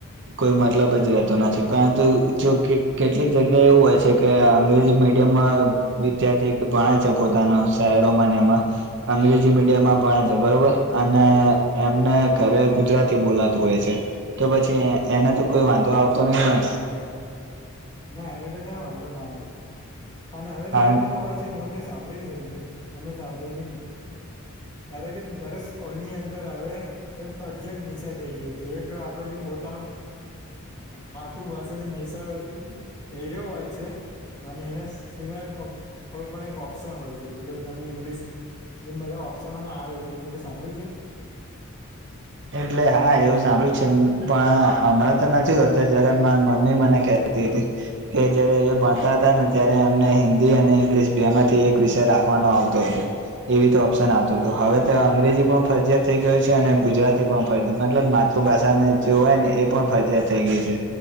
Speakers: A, on the right; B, on the left.
A: કોઈ મતલબ જ રહેતો નથી પરંતુ જો કેટલીક જગ્યા એવું હોય છે કે અંગ્રેજી મીડિયમમાં વિદ્યાર્થી ભણે છે પોતાના શહેરોમાં એમાં અંગ્રેજી મીડિયમમાં ભણે છે બરોબર અને એમને ઘરે ગુજરાતી બોલાતું હોય છે તો પછી એના તો કોઈ વાંધો આવતો નહી હોય
B: ના એને તો ક્યા વાંધો ના આવે અને હવે
A: કારણ
B: તો એવું પણ હોય છે ને એવું મે સાંભળી છે અમે સાંભળી ગી ત્યારે કે દરેક સ્કુલ ની અંદર હવે એ ફરજીયાત વિસય થઈ ગયો છે એક આપડો જે પોતાનો માતૃભાષા જે હસા હેર્યો હોય છે અને એના સિવાય કોઈ પણ એક ઓપ્શન હોય છે કે ભાઈ તમને ઇંગ્લિશ જેમ બધા ઓપ્શનોમાં આવે છે એ તમે સાંભળી છે
A: એટલે હા એવું સાંભળ્યું છે પણ હમણાં તો નથી હોત જયારે મા મમ્મી મને કે કે જયારે એ ભણતા હતા ને ત્યારે એમને હિન્દી અને ઈંગ્લિશ બે માંથી એક વિષય રાખ રાખવાનો આવતો હતો એવી તો ઓપ્શન આવતોતો હવે તે અંગ્રેજી પણ ફરજીયાત થઈ ગયું છે અને ગુજરાતી એ પણ ફરજ્યાત મતલબ માતૃભાષાને જે હોય ને એ પણ ફરજયાત થઈ ગઈ છે.